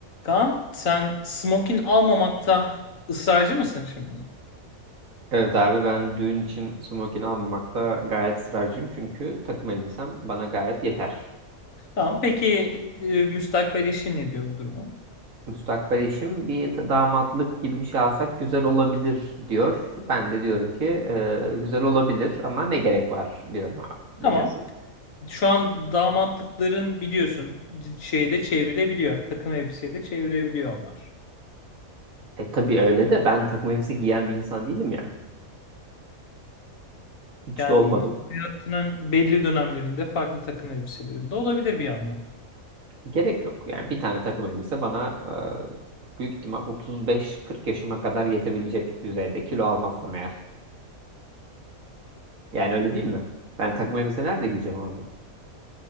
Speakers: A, on the left; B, on the right.
A: Kaan sen smokin almamakta ısrarcı mısın şimdi?
B: Evet abi ben düğün için smokin almamakta gayet ısrarcıyım. Çünkü takım elbisem bana gayet yeter.
A: Tamam peki e, müstakbel eşin ne diyor bu duruma?
B: Müstakbel eşim bir t- damatlık gibi bir şey alsak güzel olabilir diyor. Ben de diyorum ki "E, güzel olabilir ama ne gerek var diyorum abi.
A: Tamam
B: Ne diyorsun?
A: şu an damatlıkların biliyorsun c- şeyde çevirebiliyor Takım elbiseyle çevirebiliyor onlar.
B: E tabii öyle de ben takım elbise giyen bir insan değilim ya. Hiç
A: Yani
B: de olmadım.
A: hayatının belli dönemlerinde farklı takım elbiselerinde olabilir bir yandan.
B: Gerek yok. Yani bir tane takım elbise bana e, büyük ihtimal 35-40 yaşıma kadar yetebilecek düzeyde kilo almazsam eğer. Yani öyle değil mi? Ben takım elbise nerede giyeceğim abi?